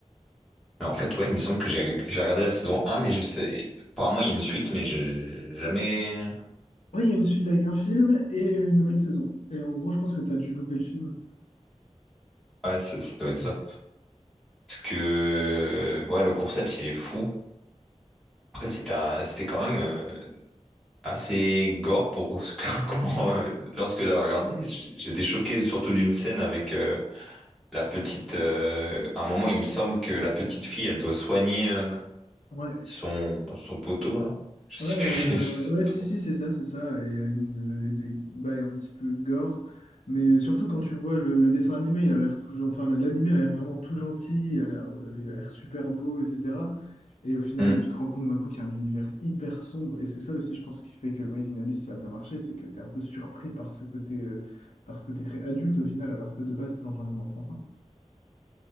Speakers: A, in the centre; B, on the left.
A: Mais en fait, ouais, il me semble que j'ai j'ai regardé la saison un, mais je sais. Apparemment, il y a une suite, mais j'ai jamais.
B: Oui, il y a une suite avec un film et une nouvelle saison. Et en gros, je pense que tu as dû louper le film.
A: Ouais, ça, ça doit être ça. Parce que. Ouais, le concept, il est fou. Après, c'était un- c'était quand même. euh, assez gore pour ce que- <laughs> comment euh, lorsque j'avais regardé j- j'étais choqué surtout d'une scène avec euh, la petite euh, à un moment il me semble que la petite fille elle doit soigner euh,
B: Ouais,
A: son son poteau là je sais
B: ouais, ouais,
A: plus
B: ouais,
A: <laughs> je
B: ouais, ouais,
A: sais
B: Ouais,
A: plus
B: si,
A: trop
B: si, c'est ça, c'est ça. Et Il y a une, il y a des bails un petit peu gore, mais surtout quand tu vois le, le dessin animé, il a l'air tout, gen- enfin, l'animé a l'air vraiment tout gentil, il a l'air, euh, il a l'air super beau, etc. Et au final,
A: Hmm.
B: tu te rends compte d'un coup qu'il y a un univers hyper sombre, et c'est ça aussi, je pense, qui fait que Made in Abyss, ça a bien marché, c'est que tu es un peu surpris par ce côté, euh, par ce côté très adulte au final, alors que de base, tu es dans un monde enfantin.